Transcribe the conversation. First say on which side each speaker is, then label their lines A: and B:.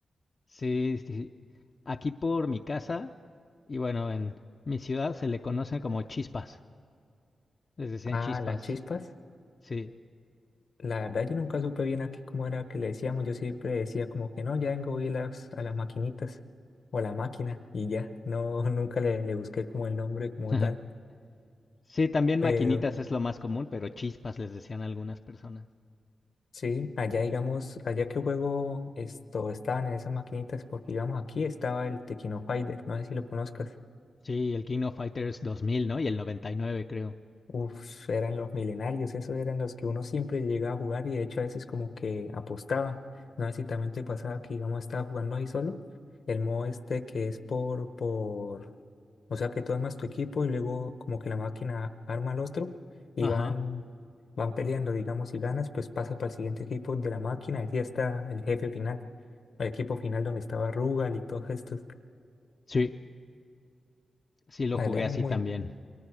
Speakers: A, on the left; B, on the left.
A: sí, sí. Aquí por mi casa, y bueno, en mi ciudad se le conocen como chispas. Les decían
B: Ah,
A: chispas,
B: las chispas.
A: sí.
B: La verdad yo nunca supe bien aquí cómo era que le decíamos, yo siempre decía como que no, ya vengo y las, a las maquinitas o a la máquina y ya, no, <laughs> nunca le, le busqué como el nombre como
A: <laughs>
B: tal,
A: Sí, también
B: pero
A: maquinitas es lo más común, pero chispas les decían algunas personas.
B: sí, allá digamos, allá que juego esto, estaban en esas maquinitas porque digamos aquí estaba el Tequino Fighter, no sé si lo conozcas,
A: Sí, el King of Fighters 2000, ¿no? Y el 99, creo.
B: Uf, eran los milenarios, esos eran los que uno siempre llegaba a jugar y de hecho a veces como que apostaba, no sé si también te pasaba que íbamos a estar jugando ahí solo. El modo este que es por, por O sea que tú armas tu equipo y luego como que la máquina arma al otro y
A: Ajá.
B: van, van peleando, digamos, si ganas, pues pasa para el siguiente equipo de la máquina y ya está el jefe final, el equipo final donde estaba Rugal y todos estos.
A: Sí, sí lo
B: La
A: jugué
B: verdad eran
A: así
B: muy,
A: también.